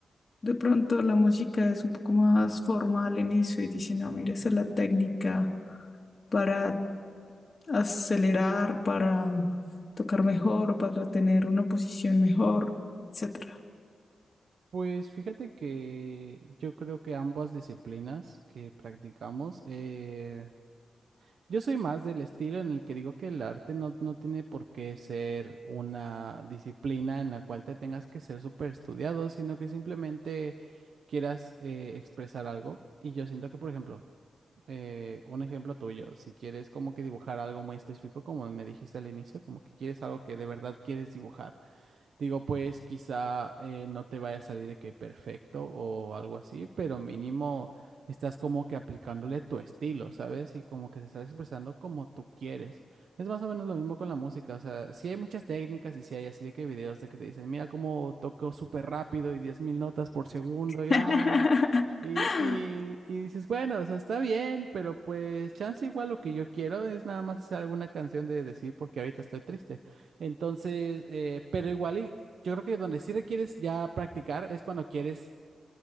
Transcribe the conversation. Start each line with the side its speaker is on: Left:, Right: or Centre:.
Left: de pronto la música es un poco más formal en eso y dicen, no, mira, esa es la técnica para acelerar, para tocar mejor o para tener una posición mejor, etc.
Right: Pues fíjate que yo creo que ambas disciplinas que practicamos, eh, Yo soy más del estilo en el que digo que el arte no, no tiene por qué ser una disciplina en la cual te tengas que ser súper estudiado, sino que simplemente quieras eh, expresar algo. Y yo siento que, por ejemplo, eh, un ejemplo tuyo, si quieres como que dibujar algo muy específico, como me dijiste al inicio, como que quieres algo que de verdad quieres dibujar. Digo, pues quizá eh, no te vaya a salir de que perfecto o algo así, pero mínimo estás como que aplicándole tu estilo, ¿sabes? Y como que te estás expresando como tú quieres. Es más o menos lo mismo con la música, o sea, sí hay muchas técnicas y sí hay así de que videos de que te dicen, mira cómo toco súper rápido y 10.000 notas por segundo y
Left: <laughs>
Right: ah. Y, y, y dices, bueno, o sea, está bien, pero pues chance igual lo que yo quiero es nada más hacer alguna canción de decir porque ahorita estoy triste. Entonces, eh, pero igual y yo creo que donde sí requieres ya practicar es cuando quieres,